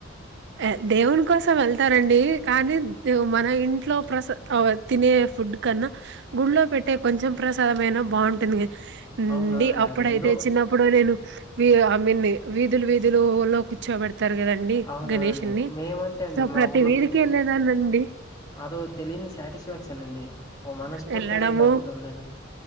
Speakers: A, on the right; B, on the left.
A: అ దేవున్ కోస సం వెళ్తారండి కానీ మన ఇంట్లో ప్రస తినే ఫుడ్ కన్నా గు గుల్లో పెట్టే కొంచెం ప్రసాదమయినా బావుంటుందిగా
B: అవునవునండి
A: డి అప్పుడైతే
B: అది ఎందో
A: చిన్నప్పుడు నేను ఐ మీన్ వీధులు వీధులు లో కూర్చోబెడతారు కదండి
B: అవునవునండి
A: గణేషుని
B: మేమంతే అండి
A: సో
B: మా
A: ప్రతి
B: ఊర్లో
A: వీధికి
B: పెట్టినప్పుడు
A: ఎల్లేదానండి
B: అదో తెలియని సాటిస్ఫాక్షన్ అండి ఓ మనస్ఫూర్తి
A: వెళ్ళడము
B: అనేది దక్కుతుందండి